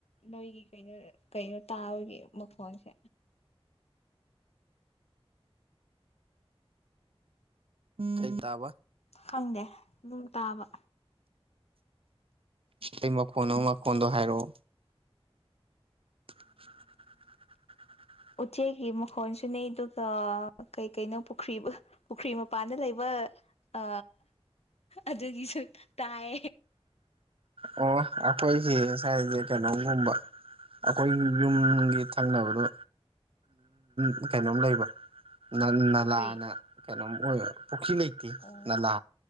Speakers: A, on the left (about 80°); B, on the right (about 60°).
A: ꯅꯣꯏꯒꯤ ꯀꯩꯅꯣ ꯀꯩꯅꯣ ꯇꯥꯕꯒꯤ ꯃꯈꯣꯟꯁꯦ
B: ꯀꯩ ꯇꯥꯕ
A: ꯈꯪꯗꯦ ꯑꯗꯨꯨꯝ ꯇꯥꯕ
B: ꯀꯩ ꯃꯈꯣꯟꯅꫭ ꯃꯈꯣꯟꯗꯣ ꯍꯥꯏꯔꯛꯑꯣ <inaudible> <inaudible>
A: ꯎꯆꯦꯛꯒꯤ ꯃꯈꯣꯟꯁꯨꯅꯦ ꯑꯗꯨꯒ ꯀꯩ ꯀꯩꯅꯣ ꯄꯨꯈ꯭ꯔꯤꯕ ꯄꯨꯈ꯭ꯔꯤ ꯃꯄꯥꯟꯗ ꯂꯩꯕ ꯑ ꯑꯗꯨꯒꯤꯁꯨ ꯇꯥꯏ
B: ꯑꯣ ꯑꯩꯈꯣꯏꯁꯦ ꯁꯥꯏꯁꯦ ꯀꯩꯅꯣꯒꯨꯝꯕ ꯑꯩꯈꯣꯏꯒꯤ ꯌꯨꯝꯒꯤ ꯊꯪꯅꯕꯗꯣ ꯎꯝ ꯀꯩꯅꯣꯝ ꯂꯩꯕ꯫ ꯅꯜ ꯅꯂꯥꯅ
A: ꯄꯨꯈ꯭ꯔꯤ
B: ꯀꯩꯅꯣꯝ ꯑꯣꯏ ꯄꯨꯈ꯭ꯔꯤ ꯂꯩꯇꯦ
A: ꯑꯣ
B: ꯅꯂꯥ